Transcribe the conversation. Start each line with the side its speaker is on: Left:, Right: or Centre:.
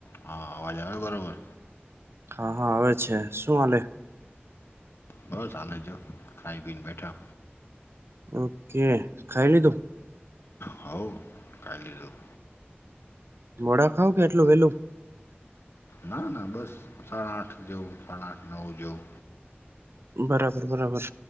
Left: હા, અવાજ આવે બરોબર?
Right: હા હા, આવે છે શું હાલે?
Left: બસ આનંદ જો ખાઈ પીને બેઠા.
Right: ઓકે ખાઈ લીધું?
Left: હોઅ, ખાય લીધું.
Right: મોડા ખાવ કે એટલું વેલું?
Left: ના ના બસ સાડા આઠ જેવુ સાડા આઠ નવ જેવુ.
Right: બરાબર બરાબર,